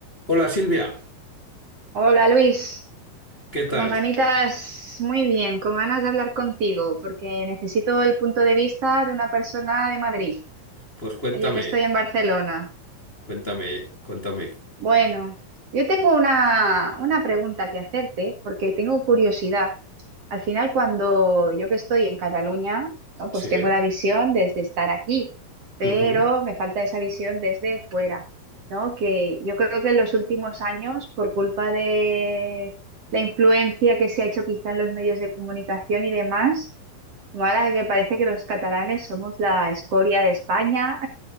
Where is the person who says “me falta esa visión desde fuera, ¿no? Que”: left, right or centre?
Right